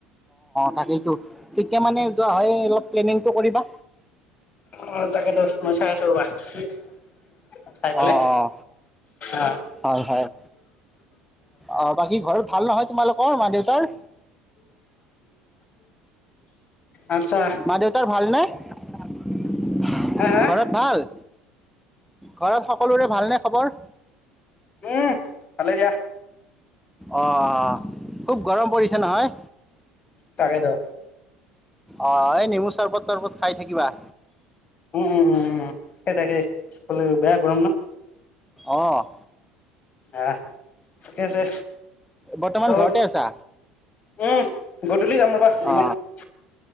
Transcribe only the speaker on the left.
অ তাকেতো <unintelligible> চাই পালে
অ
আচ্ছা
হা হা
উম আলে দিয়
তাকেইটো
উম উম উম সেই তাকে বেয়া গৰম ন
আহ ঠিকে আছে
আৰু
উম গেই গধূলি যাম ৰ'বা জিমত